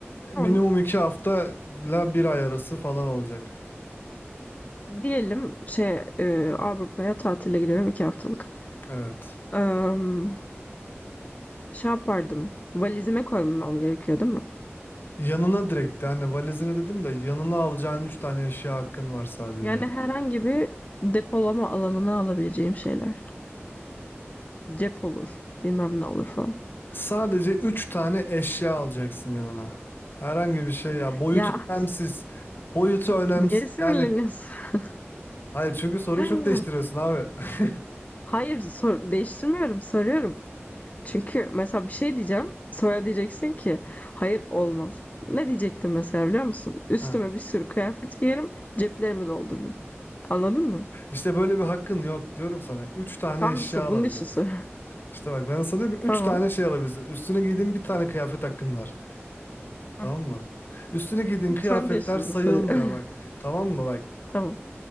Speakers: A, on the left (about 35°); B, on the left (about 50°).
A: Tamam.
B: Minimum iki hafta ile bir ay arası falan olacak.
A: Diyelim şey eee, Avrupa'ya tatile gidiyorum iki haftalık.
B: Evet.
A: Eee, şey yapardım. Valizime koymam gerekiyor değil mi?
B: Yanına direkt yani valizini dedim de yanına alacağın üç tane eşya hakkın var sadece.
A: Yani herhangi bir depolama alanına alabileceğim şeyler. Cep olur. Bilmem ne olur falan.
B: Sadece üç tane eşya alacaksın yanına. Herhangi bir şey ya boyutu
A: Ya
B: önemsiz. Boyutu önemsiz.
A: niye sinirleniyorsun?
B: Yani hayır çünkü soruyu
A: <laughs>
B: çok değiştiriyorsun abi. <laughs>
A: Hayır, sor değiştirmiyorum, soruyorum. Çünkü mesela bir şey diyeceğim, sonra diyeceksin ki hayır olmaz. Ne diyecektim mesela biliyor musun? Üstüme
B: Ha.
A: bir sürü kıyafet giyerim, ceplerimi doldururum. Anladın mı?
B: İşte böyle bir hakkın yok diyorum sana. Üç tane
A: Tam
B: eşya
A: işte
B: alabiliyorsun.
A: bunun için soruyorum.
B: İşte bak ben sana
A: <laughs>
B: diyorum
A: Tamam.
B: ki üç tane şey alabilirsin. Üstüne giydiğin bir tane kıyafet hakkın var. Tamam
A: Hı.
B: mı? Üstüne giydiğin kıyafetler
A: Sen değiştirdin
B: sayılmıyor
A: soruyu. <laughs>
B: bak. Tamam mı bak?
A: Tamam.